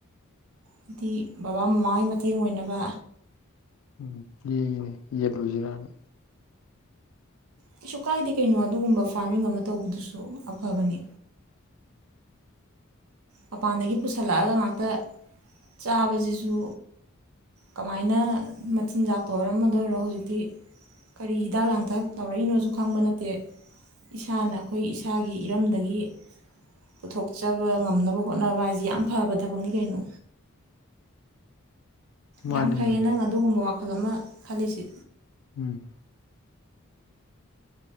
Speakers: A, on the right; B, on the left.
A: ꯍꯥꯏꯗꯤ ꯕꯕꯥ ꯃꯃꯥꯒꯤ ꯃꯇꯦꯡ ꯑꯣꯏꯅꯕ
B: ꯎꯝ ꯌꯦꯡꯉꯤꯅꯦ ꯌꯦꯟꯂꯣꯏꯁꯤꯔꯅ
A: ꯀꯩꯁꯨ ꯀꯥꯏꯗꯦ ꯀꯩꯅꯣ ꯑꯗꯨꯒꯨꯝꯕ ꯐꯥꯔꯃꯤꯡ ꯑꯃ ꯇꯧꯕꯗꯨꯁꯨ ꯑꯐꯕꯅꯤ ꯃꯄꯥꯟꯗꯒꯤ ꯄꯨꯁꯜꯂꯛꯑꯒ ꯉꯥꯛꯇ ꯆꯥꯕꯁꯤꯁꯨ ꯀꯃꯥꯏꯅ ꯃꯆꯤꯟꯖꯥꯛꯇ ꯑꯣꯏꯔꯣ ꯑꯃꯗ ꯑꯣꯏꯔꯣ ꯍꯧꯖꯤꯛꯇꯤ ꯀꯔꯤ ꯍꯤꯗꯥꯛ ꯂꯥꯡꯊꯛ ꯇꯧꯔꯛꯏꯅꯣꯁꯨ ꯈꯪꯕ ꯅꯠꯇꯦ ꯏꯁꯥꯅ ꯑꯈꯣꯏ ꯏꯁꯥꯒꯤ ꯏꯔꯝꯗꯒꯤ ꯄꯨꯊꯣꯛꯆꯕ ꯉꯝꯅꯕ ꯍꯣꯠꯅꯕ ꯑꯁꯤ ꯌꯥꯝ ꯐꯕ ꯊꯕꯛꯅꯤ ꯀꯩꯅꯣ
B: ꯃꯥꯅꯦ
A: ꯌꯥꯝ ꯐꯩꯌꯦ
B: ꯃꯥꯅꯦ
A: ꯅꯪ ꯑꯗꯨꯒꯨꯝꯕ ꯋꯥꯈꯜ ꯈꯜ ꯑꯃ ꯈꯜꯂꯤꯁꯤ
B: ꯎꯝ